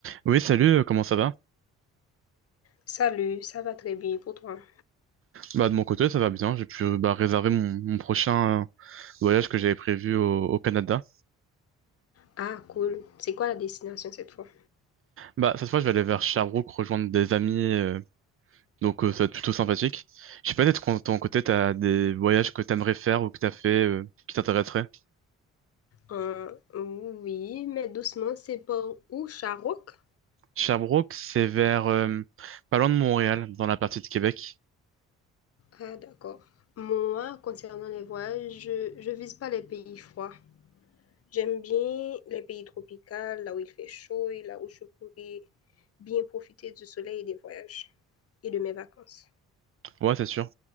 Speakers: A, on the right; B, on the left.
A: Oui, salut, euh, comment ça va?
B: Salut, ça va très bien pour toi?
A: Bah, de mon côté, ça va bien. J'ai pu euh, bah, réserver mon, mon prochain euh, voyage que j'avais prévu au, au Canada.
B: Ah, cool. C'est quoi la destination cette fois?
A: Bah, cette fois, je vais aller vers Sherbrooke rejoindre des amis, euh, donc euh, ça va être plutôt sympathique. Je sais pas, peut-être qu'en ton côté, t'as des voyages que t'aimerais faire ou que t'as fait euh, qui t'intéresseraient.
B: Euh, oui, mais doucement, c'est pas où, Charok?
A: Sherbrooke, c'est vers euh, pas loin de Montréal, dans la partie de Québec.
B: Ah, d'accord. Moi, concernant les voyages, je, je vise pas les pays froids. J'aime bien les pays tropicaux, là où il fait chaud et là où je pourrais bien profiter du soleil et des voyages et de mes vacances.
A: Ouais, c'est sûr.